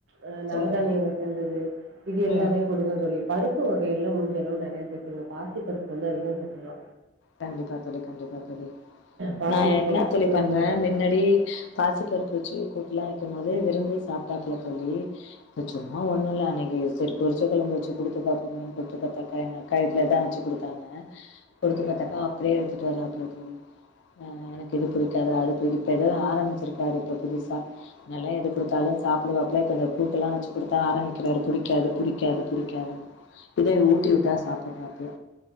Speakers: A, on the right (about 85°); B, on the left (about 75°).
A: ஆ நவதானியங்கள்
B: சொல்லுங்க
A: செஞ்சதது இது எல்லாமே
B: ம்
A: குடுங்க தோழி பருப்பு வகைகள்ல முடிஞ்சளவு நறையா சேத்துங்க பாசி பருப்பு வந்து அதிகமா சேத்துக்கலா
B: கண்டிப்பா தோழி கண்டிப்பா தோழி
A: பாசி
B: நா
A: பருப்ப
B: என்ன
A: போட்டு
B: தோழி
A: வச்சு
B: பண்ற
A: சாப்ட்லா
B: மின்னடி பாசிப்பருப்பு வச்சு கூட்லா வைக்கும் போது விரும்பி சாப்டாப்பல தோழி சும்மா ஒண்ணு இல்ல அன்னைக்கு சரி பொறிச்ச கொழம்பு வச்சு குடுத்து பாக்கனுன் குடுத்து பாத்தாக்க எனக் கைத்துலதா வச்சு குடுத்தாங்க கொடுத்து
A: ம்
B: பார்த்தாக்கா அப்டியே எடுத்துட்டு வர புடிக்காம அ எனக்கு இது புடிக்காத அது புடி இப்ப ஏதோ ஆரம்பிச்சிருக்காரு இப்ப புதுசா முன்னல்லா எது குடுத்தாலு சாப்பிடுவாப்பல இப்ப இந்த கூட்டு எல்லா வச்சு குடுத்தா ஆரம்பிக்கிறாரு புடிக்காது புடிக்காது புடிக்காது இதே ஊட்டி விட்டா சாப்பறாப்பல